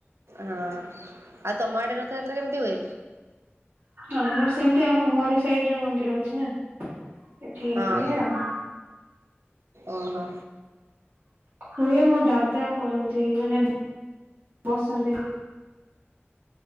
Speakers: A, on the right (about 85°); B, on the right (about 45°).
A: ହଁ ଆଉ ତମ ଆଡେ ରଥଯାତ୍ରା କେମିତି ହୁଏ?
B: ଆମର ସେମିତି ଆମ ଘର ସାଇଟ୍ ମନ୍ଦିର ଅଛି ନା ସେଠି
A: ହଁ
B: ହୁଏ ଆ
A: ଓହୋ।
B: ହୁଏ ମୋ ଦାଦା କରନ୍ତି ମାନେ ବସନ୍ତି।